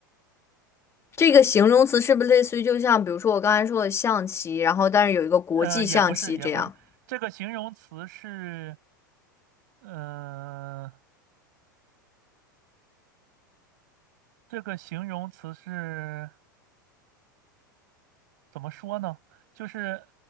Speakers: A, on the left; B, on the right.
A: 这个形容词是不是类似于就像比如说我刚才说的象棋，然后但是有一个国际象棋这样？
B: 呃，也不是，也不是，这个形容词是，呃，这个形容词是。怎么说呢？就是